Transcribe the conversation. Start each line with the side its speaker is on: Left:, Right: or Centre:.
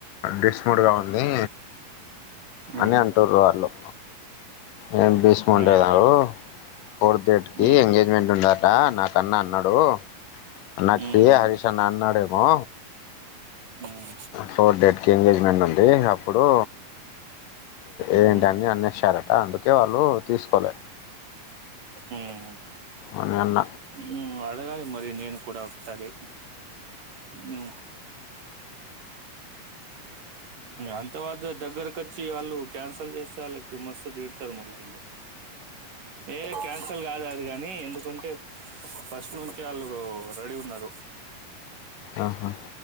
Left: డిస్ మోడ్గా ఉంది
Right: ఉమ్
Left: అని అంటుారు వాళ్ళు ఏం బీస్మంటేన్నారుారు
Right: ఏ
Left: ఫోర్త్ డేట్ కి
Right: ఉమ్
Left: ఎంగేజ్మెంట్ ఉండదట నాకన్నా అన్నాడు అన్నాకి
Right: ఉమ్
Left: హరీష్ అన్న అన్నాడేమో
Right: ఉమ్
Left: ఫోర్త్ డేట్ కి ఎంగేజ్మెంట్ ఉంది అప్పుడు ఏంటన్నిీ
Right: ఉమ్
Left: అన్నస్తారట అందుకే వాళ్ళు తీసుకోలే
Right: హ్మ్మ్
Left: అని అన్న
Right: నువు అడగాలి మరి నేను కూడా ఒకసారి నువ్ అంత వా దగ్గరక వచ్చి వాళ్ళు క్యాన్సల్ చేస్తే వాళ్ళకి మస్త్ దిద్ ారు మళ్ళా ఇల్లు ఏ క్యాన్సల్ కాదు అది కానీ ఎందుకంటే ఫస్ట్ నుంచి వాళ్ళు రెడీ ఉన్నారు
Left: ఆహా